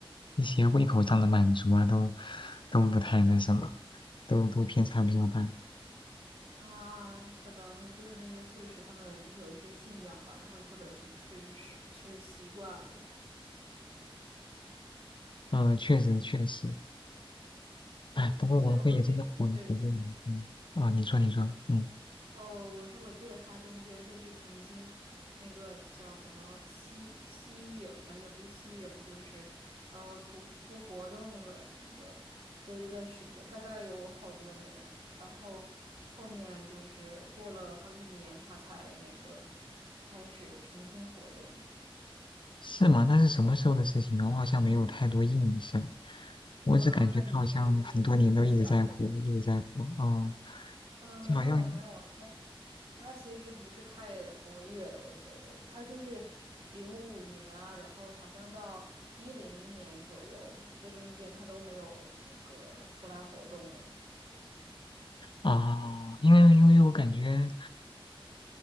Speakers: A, on the left (about 55°); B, on the right (about 80°).
A: 一些胃口上的满足啊，都都不太那什么，都都偏差比较大。
B: 啊，可能就是那些素食，他们就是有一些信仰吧，然后或者是吃吃吃习惯了。
A: 嗯，呃确实确实，
B: 对，
A: 哎，不过王菲也真的火了好多年。
B: 我记得王菲，对，
A: 嗯，啊，你说你说，嗯，
B: 哦，我说我记得他中间就是曾经那个叫什么吸吸影，哎，也不是吸影，就是呃不不活动了，那个有一段时间，大概有好多年，然后后面就是过了好几年，他才那个开始重新活动。
A: 是吗？那是什么时候的事情呢？我好像没有太多印象，我只感觉她好像很多年都一直在火，
B: 嗯，那你应该就是年纪挺小。
A: 一直在火。哦，
B: 嗯、
A: 就好像
B: 没有啊，没有啊，他。他其实不是太活跃的，我觉得他就是零五年啊，然后好像到一零年左右，这中间他都没有那个出来活动哎。
A: 啊，因为因为我感觉。